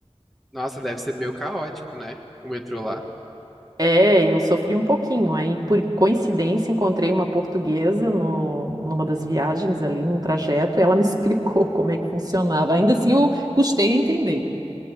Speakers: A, in the centre; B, on the right.
A: Nossa, deve ser meio caótico, né, o metrô lá.
B: É, eu sofri um pouquinho. Aí, por coincidência, encontrei uma portuguesa no, numa das viagens ali, num trajeto, e ela me <laughs> explicou como é que funcionava. Ainda assim, eu custei a entender.